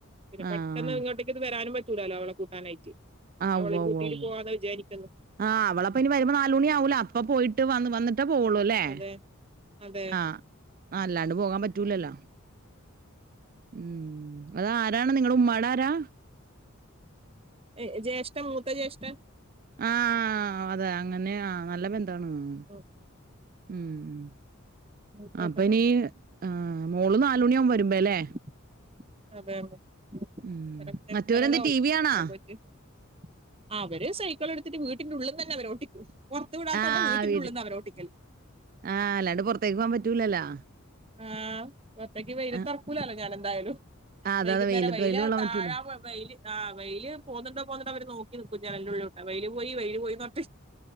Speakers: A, on the right (about 30°); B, on the right (about 40°).
A: പിന്നെ
B: ആഹ്
A: പെട്ടെന്ന് ഇങ്ങോട്ടേക്ക് വരാനും പറ്റൂലാലോ അവളെ കൂട്ടാനായ്ട്ട്
B: ആഹ്
A: അവളേം
B: ഉവ്വ
A: കൂട്ടിട്ട്
B: ഉവ്വ ഉവ്വ
A: പോവാന്ന വിചാര്ക്ക്ന്ന്
B: ആഹ് അവളപ്പനി വരുമ്പോ നാലൂണിയാകുല്ലോ അപ്പപോയിട്ട് വ വന്നിട്ടാ പോവ്ള്ള് ല്ലേ
A: അതെ അതെ
B: ആഹ് അല്ലാണ്ട് പോകാൻപറ്റൂലല്ലോ ഉം അതാരാണ് നിങ്ങടുമ്മാടെ ആരാ
A: ഏഹ് ജേഷ്ഠൻ മൂത്ത ജേഷ്ഠൻ
B: ആഹ് അതാ അങ്ങനെയാ നല്ല ബന്ധാണ് ആഹ്
A: ഉം,
B: ഉം ഉം
A: മൂത്തേട്ടനാണ്
B: അപ്പ്നീ ആഹ് മോള് നാലൂണിയാവും വരുമ്പെല്ലേ
A: <unintelligible>
B: ഉം മറ്റവരെന്ത് ടി വി കാണാ
A: അവര് സൈക്കിളെട്ത്ത്ട്ട് വീട്ട്ന്റുള്ള്ന്നന്നെ അവര് ഓട്ടിക്കും പൊറത്ത് വിടാത്തോണ്ട്
B: ആഹ്
A: വീട്ട്നുള്ള്ന്നാവരോട്ടിക്കൽ
B: വീട് ആഹ് അല്ലാണ്ട് പൊറത്തേക്ക് പോവാൻ പറ്റൂലല്ലോ
A: ആഹ് പൊർത്തേക്ക് വെയ്ലത്തെറക്കൂലല്ലോ
B: ആഹ്
A: ഞാനെന്തായാലും
B: അതെ
A: വൈകുന്നേരം
B: അതെ വെയിലത്ത്
A: വെയ്ല്
B: വെയില് കൊള്ളാൻ
A: താഴാപോയ
B: പറ്റൂല
A: വെയ്ല്ല് ആഹ് വെയ്ല് പോന്നുണ്ടോ പോന്നുണ്ടോ അവര് നോക്കി നിക്കും ജനല്ന്റെള്ള്ലൂട്ടെ വെയ്ല് പോയ് വെയ്ല് പോയ്ന്നർഞ്ഞ്ട്ട്